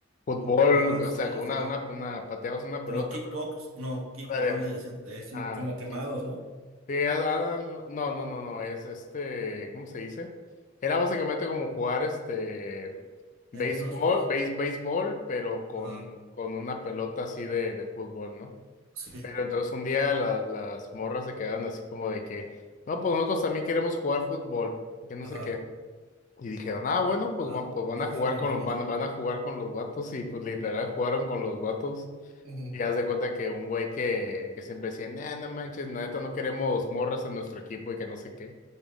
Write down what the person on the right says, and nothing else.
Como, ah,
sí,
sí.
Como kickbox,
no, kickball
le decían, eh, sí,
como quemados,
¿no?
En Estados Unidos.
Ajá,
sí,
ajá,
ah,
poder
femenino.
Ujú,